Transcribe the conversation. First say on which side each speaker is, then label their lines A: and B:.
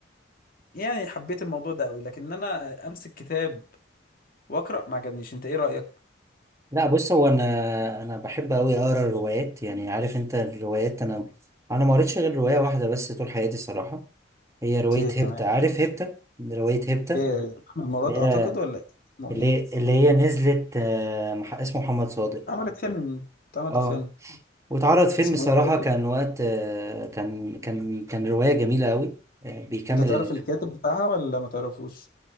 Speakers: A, on the left; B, on the right.
A: يعني حبيت الموضوع ده قوي لكن انا امسك كتاب واقرا ما عجبنيش انت ايه رأيك
B: لا بص هو انا انا بحب قوي اقرا الروايات يعني عارف انت الروايات انا انا ما قريتش غير روايه واحده بس طول حياتي صراحه هي روايه
A: اوكي
B: هيبتا
A: تمام
B: عارف هيبتا روايه هيبتا
A: ايه احمد مراد
B: اللي
A: اعتقد
B: هي
A: ولا إيه؟ اسمه
B: اللي
A: ايه
B: هي اللي هي نزلت آه مح- اسمه محمد صادق
A: عملت فيلم اتعملت
B: اه
A: فيلم
B: واتعرض فيلم
A: اسمه
B: صراحة
A: ايه الكاتب
B: كان وقت آه، كان كان كان رواية جميلة أوي آه، بيكمل
A: انت تعرف
B: ال...
A: الكاتب بتاعها ولا ما تعرفوش